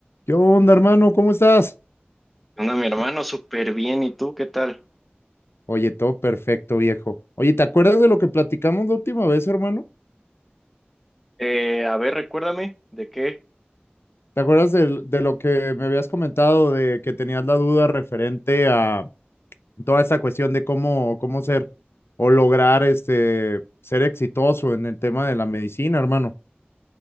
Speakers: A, on the left; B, in the centre.
A: ¿Qué onda, hermano? ¿Cómo estás?
B: Anda, mi hermano, súper bien. ¿Y tú qué tal?
A: Oye, todo perfecto, viejo. Oye, ¿te acuerdas de lo que platicamos la última vez, hermano?
B: Eh, a ver, recuérdame, ¿de qué?
A: ¿Te acuerdas del- de, lo que me habías comentado, de que tenías la duda referente a toda esta cuestión de cómo, cómo ser o lograr este, ser exitoso en el tema de la medicina, hermano?